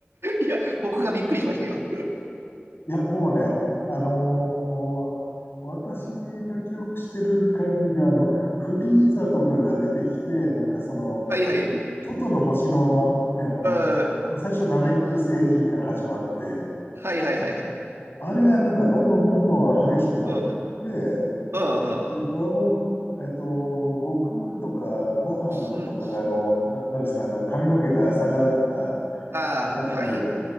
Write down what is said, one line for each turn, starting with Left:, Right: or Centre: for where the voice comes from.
Right: いや、僕がびっくりしましたよ。
Left: いや、もうね、あのー私が記憶してる限りでは、あの、フリーザとかが出てきて、なんかその、
Right: はいはい。
Left: 外の星のね、あの、
Right: あ
Left: 最初ナメック星人から始まって、
Right: うん。はいはいはいはい。
Left: あれがなんかどんどんどんどん激しくなって、
Right: うん。うん。うん。
Left: で、ドラゴン、えっと、悟空とかご飯とかが、
Right: うん
Left: あの、な、なんですか、あの、髪の毛が逆立った
Right: ああ、
Left: 金髪になるやつ
Right: はい。